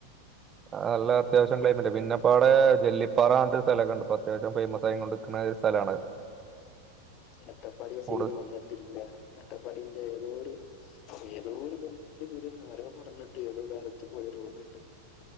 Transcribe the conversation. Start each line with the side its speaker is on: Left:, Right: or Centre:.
Right: നല്ല അത്യാവശം ക്ലൈമറ്റ് പിന്നെപ്പ വിടെ വെല്ലി പ്പാറാ പറഞ്ഞിട്ട് സ്ഥലക്കണ്ട് ഇപ്പൊ അത്യാവശ്യം ഫേമസ് ആയ കൊണ്ട്കണേ സ് സ്ഥലാണത്
Left: അട്ടപ്പാടി ആ സൈഡ്
Right: കൂടുതൽ
Left: വന്നിട്ടില്ല അട്ടപ്പാടീന്റെ ഏതോരു ഏതോ ഒരു ബന്തുകുടീന്ന് ആരോ പറഞ്ഞിട്ട് ഏതോ കാലത്ത് പോയരു ഓർമ്മയുണ്ട്